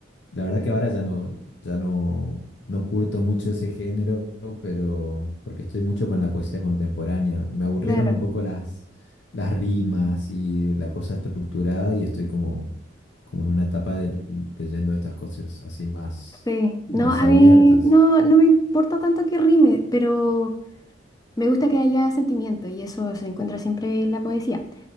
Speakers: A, on the left; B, on the left.
A: La verdad que ahora ya no, ya no, no curto mucho ese género, pero porque estoy mucho con la poesía contemporánea. Me aburrieron
B: Claro,
A: un poco las, las rimas y la cosa estructurada y estoy como, como en una etapa de, leyendo estas cosas así más,
B: sí.
A: más
B: No, a
A: abiertas.
B: mí no, no me importa tanto que rime, pero Me gusta que haya sentimiento y eso se encuentra siempre en la poesía.